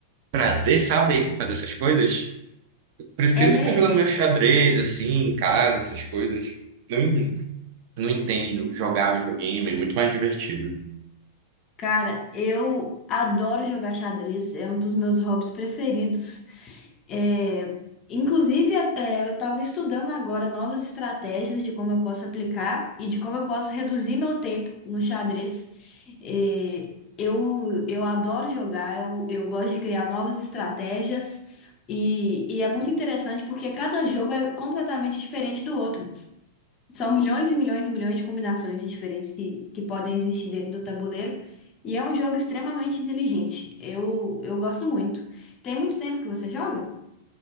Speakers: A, on the right; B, on the left.
A: prazer, sabe, fazer essas coisas. Prefiro
B: É mesmo?
A: ficar jogando meu xadrez, assim, em casa, essas coisas. Não, não entendo jogava videogame, é muito mais divertido.
B: Cara, eu adoro jogar xadrez, é um dos meus hobbies preferidos. É, inclusive, é, é, eu estava estudando agora novas estratégias de como eu posso aplicar e de como eu posso reduzir meu tempo no xadrez. É, eu, eu adoro jogar, eu, eu gosto de criar novas estratégias e, e é muito interessante porque cada jogo é completamente diferente do outro. São milhões e milhões e milhões de combinações diferentes que, que podem existir dentro do tabuleiro. E é um jogo extremamente inteligente. Eu, eu gosto muito. Tem muito tempo que você joga?